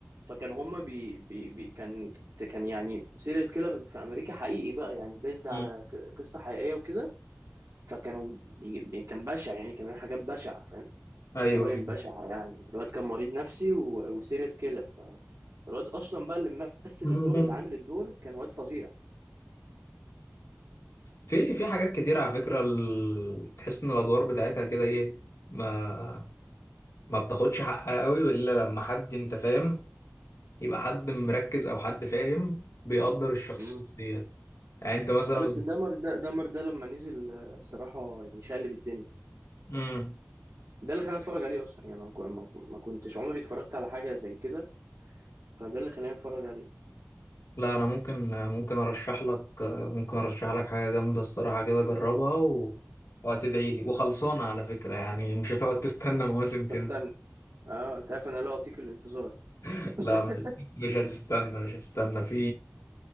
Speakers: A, on the right; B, on the left.
A: فكان هما بي بي بي كان كان يعني سيريال كيلر في امريكا حقيقي بقى يعني بيزد على
B: مم.
A: ك- قصه حقيقيه وكده فكانوا بي بي- كان بشع يعني كان بيعمل حاجات بشعه فاهم
B: أيوه
A: جرائم
B: أيوة.
A: بشعه يعني الواد كان مريض نفسي و- وسيريال كيلر فالواد اصلا بقى اللي ممثل
B: <laughs>
A: الدور اللي عامل الدور كان واد فظيع
B: في في حاجات كتير على فكرة ال... تحس إن الأدوار بتاعتها كده إيه ما ما بتاخدش حقها قوي إلا لما حد أنت فاهم يبقى حد مركز أو حد فاهم بيقدر الشخصية
A: امم
B: ديت يعني أنت مثلا
A: بس دمر ده دمر ده لما نزل آه، الصراحه يعني شقلب الدنيا
B: مم.
A: ده اللي خلاني اتفرج عليه اصلا يعني ما كو- ما- ما كنتش عمري اتفرجت على حاجه زي كده فده اللي خلاني اتفرج عليه
B: لا انا ممكن ممكن ارشح لك ممكن ارشح لك حاجه جامده الصراحه كده جربها و... وهتدعي لي وخلصانه على فكره يعني مش هتقعد تستنى مواسم تاني
A: بستنى اه انت عارف انا لا اطيق الانتظار
B: <laughs>
A: <laughs>
B: لا مش هتستنى مش هتستنى في